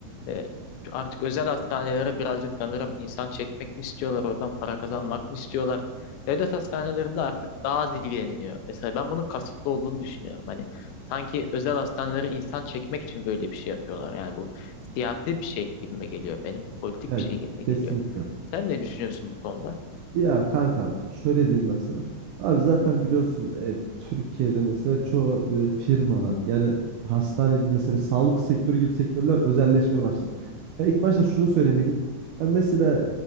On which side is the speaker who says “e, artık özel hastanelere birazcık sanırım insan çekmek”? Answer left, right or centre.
Left